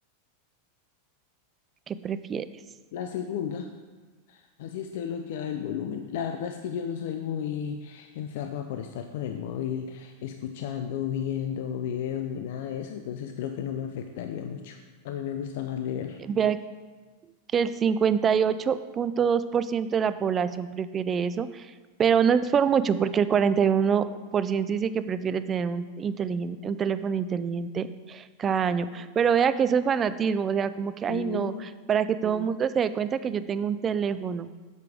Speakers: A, on the right (about 20°); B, on the left (about 65°).
A: ¿Qué prefieres?
B: La segunda. Así esté bloqueado el volumen. La verdad es que yo no soy muy enferma por estar con el móvil, escuchando, viendo videos ni nada de eso, entonces creo que no me afectaría mucho. A mí me gusta más leer.
A: Vea que el cincuenta y ocho punto dos por ciento de la población prefiere eso, pero no es por mucho, porque el 41% dice que prefiere tener un, inteligen- un teléfono inteligente cada año. Pero vea que eso es fanatismo, o sea, como que, ay,
B: Ujú.
A: no, para que todo el Sí. mundo se dé cuenta que yo tengo un teléfono.